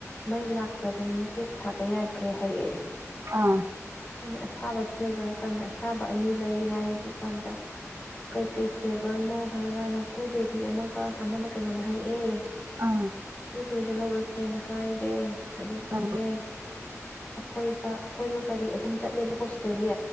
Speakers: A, on the left; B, on the right.
A: ꯃꯩ ꯂꯥꯛꯇꯕꯅꯤꯅ ꯀꯦꯛ ꯁꯥꯕ ꯌꯥꯗ꯭ꯔꯦ ꯍꯥꯏꯔꯛꯑꯦ꯫
B: ꯑꯥ꯫
A: ꯑꯩꯅ ꯑꯁꯥꯕꯗꯤ ꯂꯩꯕ꯭ꯔꯥ ꯍꯥꯏ ꯀꯥꯟꯗ ꯑꯁꯥꯕ ꯑꯅꯤ ꯂꯩ ꯍꯥꯏ ꯑꯗꯨꯀꯥꯟꯗ ꯀꯩꯀꯩ ꯐꯂꯦꯕꯔꯅꯣ ꯍꯥꯏ ꯃꯥꯅ ꯕꯂꯨꯔꯕꯦꯔꯤ ꯑꯃꯒ ꯑꯃꯅ ꯀꯩꯅꯣꯝ ꯍꯥꯏꯔꯛꯑꯦ
B: ꯑꯥ
A: ꯐꯨꯔꯤꯗꯣ ꯂꯧꯔꯛꯀꯦꯅ ꯍꯥꯏꯔꯦ ꯑꯗꯨ ꯄꯨꯅꯦ꯫
B: ꯑꯥ
A: ꯑꯈꯣꯏꯄ ꯑꯩꯈꯣꯏꯗꯣ ꯒꯥꯔꯤ ꯑꯍꯨꯝ ꯆꯠꯂꯦꯕꯀꯣ ꯁꯤꯗꯒꯤ꯫